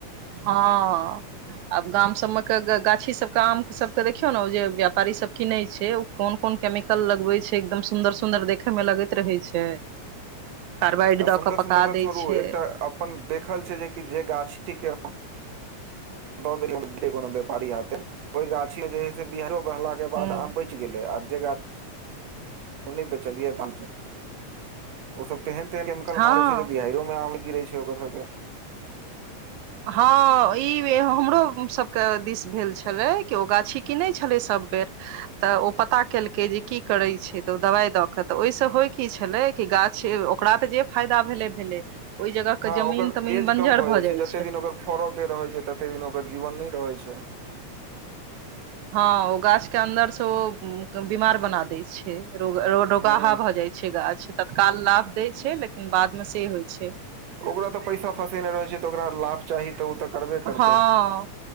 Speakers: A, on the right (about 80°); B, on the right (about 65°).
A: हँ आब गाम सब मे के गाछी सबके आम सबके देखियौ नऽ ओ जे व्यापारी सब किनै छैय कोन -कोन केमिकल लगबै छै एकदम सुन्दर- सुन्दर देखे मे लगैत रहै छै कार्बाइड
B: आ
A: दऽ
B: सुन्दर-
A: कऽ पका
B: सुन्दर तऽ
A: दै
B: छोड़ू
A: छै
B: एकटा अपन देखल छै जेकी जे गाछ ठीक ह द देलिय कोनो व्यापारी हाथे ओय गाछी मे जे हे से बिहैरो बहला के
A: हूँ
B: बाद आम बैच गेलेै आर जे गाछ नै बेचलियै तऽ आम से ओ सब तेहन -तेहन केमिकल
A: हँ
B: मारै छै जे बिहैरे मे आम नै गिरे छै ओकर सबके
A: हँ ई हमरो सबके दिस भेल छेलै कि ओ गाछी किनै छेलै सब बेर तऽ ओ पता केलकै के जे की करै छै तऽ ओ दवाइ दय के तऽ ओय सँ होय की छेलै कि गाछ ओकरा तऽ जे फायदा भेले -भेले ओय जगह के
B: हँ
A: जमीन
B: ओकर
A: तमीन
B: एज
A: बंजर
B: कम
A: भऽ
B: जाइ छै
A: जाय
B: जते
A: छैय
B: दिन ओकर फड़य के रहे छै तते दिन ओकर जीवन नै रहेै छै
A: हँ ओ गाछ के अन्दर से ओ बीमार बना दै छै रोगाहा
B: हँ
A: भऽ जाय छै गाछ तत्काल लाभ दै छै लेकिन बाद मऽ से होय छैय
B: ओकरा तऽ पैसा फँसेने रहैय छै तऽ ओकरा लाभ चाही तऽ ओ तऽ करबे
A: हँ
B: करतै